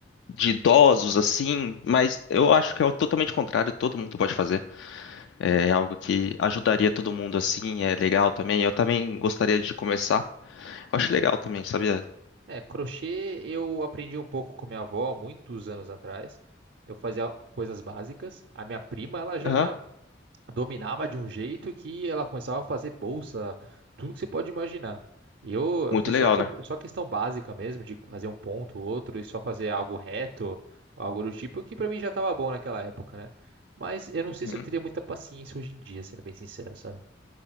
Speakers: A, on the left (about 70°); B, on the right (about 60°).
A: de idosos, assim. Mas eu acho que é o totalmente contrário, todo mundo pode fazer. É algo que ajudaria todo mundo assim, é legal também. Eu também gostaria de começar. Eu acho legal também, sabia?
B: É, crochê eu aprendi um pouco com minha avó há muitos anos atrás. Eu fazia coisas básicas. A minha prima, ela já
A: Aham.
B: dominava de um jeito que ela começava a fazer bolsa, tudo que você pode imaginar. E eu, eu
A: Muito
B: fui
A: legal,
B: só, ques-
A: né?
B: só questão básica mesmo, de fazer um ponto, outro, e só fazer algo reto, algo do tipo, que pra mim já tava bom naquela época, né? Mas eu não sei
A: Uhum.
B: se eu teria muita paciência hoje em dia, sendo bem sincero, sabe?